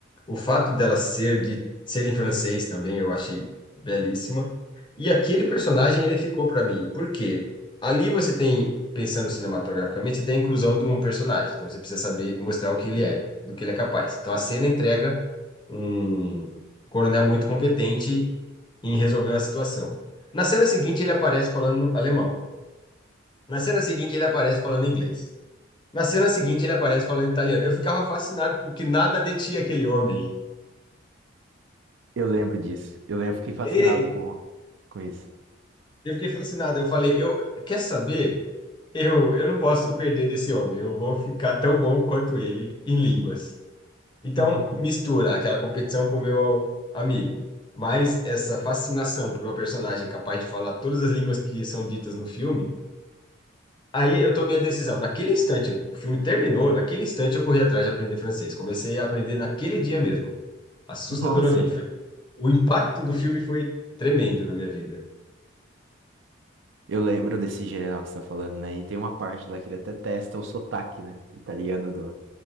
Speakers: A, on the left; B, on the right.
A: O fato dela ser de ser em francês também eu achei belíssima. E aquele personagem ele ficou para mim. Por quê? Ali você tem, pensando cinematograficamente, você tem a inclusão de um personagem. Então você precisa saber mostrar o que ele é, do que ele é capaz. Então a cena entrega um coronel muito competente em resolver uma situação. Na cena seguinte ele aparece falando alemão. Na cena seguinte ele aparece falando inglês. Na cena seguinte, ele aparece falando italiano. Eu ficava fascinado com que nada detinha aquele homem.
B: Eu lembro disso. Eu lembro, fiquei fascinado
A: E
B: com com isso.
A: eu fiquei fascinado. Eu falei, eu quer saber? Eu, eu não posso perder desse homem. Eu vou ficar tão bom quanto ele em línguas. Então,
B: <laughs>
A: mistura aquela competição com o meu amigo. Mas essa fascinação por uma personagem capaz de falar todas as línguas que são ditas no filme, aí eu tomei a decisão. Naquele instante, o filme terminou, naquele instante eu corri atrás de aprender francês. Comecei a aprender naquele dia mesmo. Assustadoramente.
B: Nossa,
A: Foi O impacto do filme foi tremendo na minha vida.
B: eu lembro desse general que você tá falando, né? E tem uma parte lá que ele até testa o sotaque, né? Italiano do,